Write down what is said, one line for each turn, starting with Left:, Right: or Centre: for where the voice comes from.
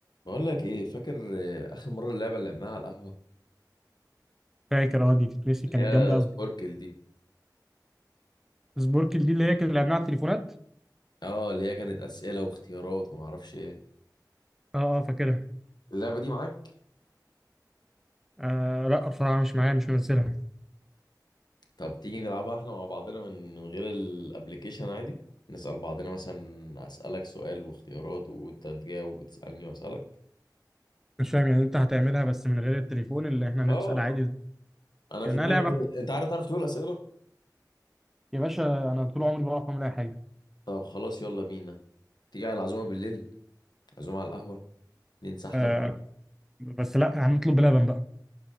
Left: بقول لك ايه فاكر آه، اخر مره اللعبه اللي لعبناها على القهوه
Centre: فاكر اه دي تتنسي
Left: اللي
Centre: كانت
Left: هي
Centre: جامده قوي
Left: سبوركل دي
Centre: سبوركل دي اللي هي كان لعبناها على التليفونات
Left: اه اللي هي كانت اسئله واختيارات وما اعرفش ايه
Centre: اه اه فاكرها
Left: اللعبة دي معاك؟
Centre: آه لا بصراحه مش معايا مش منزلها
Left: طب تيجي نلعبها احنا مع بعضنا من من غير الابليكيشن عادي نسال بعضنا مثلا اسالك سؤال واختيارات وانت تجاوب وتسالني واسالك
Centre: مش فاهم يعني انت هتعملها بس من غير التليفون اللي احنا نسال
Left: اه
Centre: عادي
Left: انا
Centre: كانها
Left: في دماغي
Centre: لعبه
Left: شويه انت عارف تعرف تقول اسئله
Centre: يا باشا انا طول عمري بعرف اعمل اي حاجه
Left: طب خلاص يلا بينا تيجي على العزومه بالليل عزومه على القهوه ننسحلب
Centre: آه بس لا هنطلب بلبن بقى